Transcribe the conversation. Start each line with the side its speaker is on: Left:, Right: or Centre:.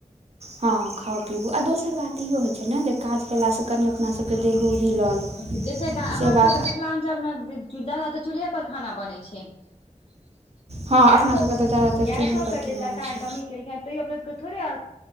Right: हँ खाउ पिबू आ दोसर बात इहो होइत छैय ने जे काज केलासँ कनि अपना सभके देहो हिलल
Left: ह जते हमरा
Right: से
Left: सबके
Right: बात
Left: तऽ मिथिलाञ्चलमे जा जादा तऽ चूल्हे पर खाना बनै छैय।
Right: हँ
Left: गैसो
Right: अपना सभके तऽ ज्यादातर
Left: गैसोके
Right: चूल्हेपर खेनाइ
Left: जे सरकार
Right: होइ छै
Left: कमी केलकिन ह <unintelligible>